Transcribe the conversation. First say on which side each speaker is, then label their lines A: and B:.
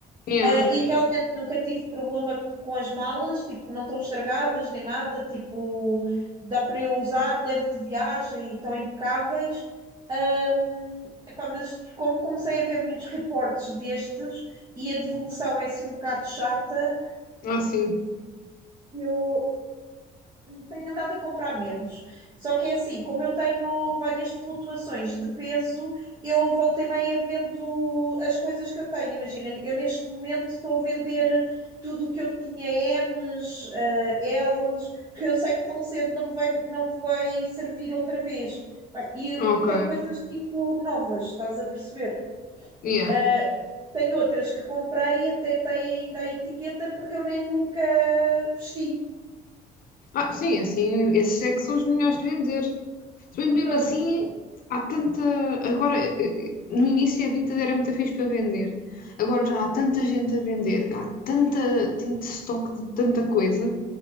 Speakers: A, on the left; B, on the right.
A: é,
B: Ah, E realmente nunca tive problema com as malas, tipo, não estão estragadas nem nada, tipo, dá para eu usar, levo de viagem e estão impecáveis. Ahm, epá, mas como comecei a ver muitos reportes destes e a devolução é assim um bocado chata,
A: assim.
B: eu tenho andado a comprar menos. Só que é assim, como eu tenho várias flutuações de peso, eu voltei e meia vendo as coisas que eu tenho. Imagina, eu neste momento estou a vender tudo o que eu tinha M's, ah, L's, porque eu sei que tão cedo não me vai, não me vai servir outra vez. Pá, E eu-
A: Ok.
B: e tenho coisas tipo novas, estás a perceber?
A: Yeah.
B: Ah, tenho outras que comprei, até tem ainda a etiqueta, porque eu nem nunca vesti.
A: Ah, sim, assim, esses é que são os melhores de vender. Se bem que mesmo
B: Pronto,
A: assim, há tanta. Agora, eh, eh, no início a Vinted era muito fixe para vender. Agora já há tanta gente a vender, há tanta, tanto estoque de tanta coisa,